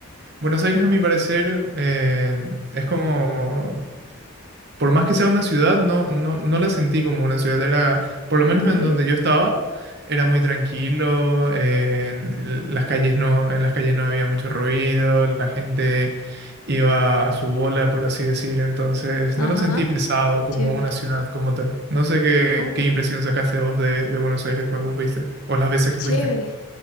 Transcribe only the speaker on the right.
Buenos Aires, a mi parecer, eh, es como por más que sea una ciudad, no, no, no la sentí como una ciudad. Era, por lo
menos en donde yo estaba, era muy tranquilo. eh, en las calles no, en las calles no había mucho ruido, la gente iba a su bola, por así decir. Entonces,
no lo sentí pesado como
una ciudad como tal. No sé qué,
qué impresión sacaste vos de, de Buenos Aires cuando fuiste, o las veces que
fuiste.